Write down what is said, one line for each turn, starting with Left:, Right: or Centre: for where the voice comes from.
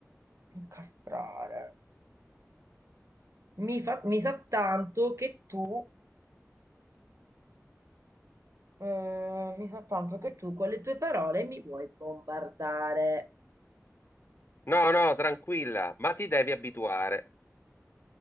Right: incastrare. Mi fa- mi sa tanto che tu, eh, mi sa tanto che tu con le tue parole mi vuoi bombardare.
Left: No, no, tranquilla, ma ti devi abituare.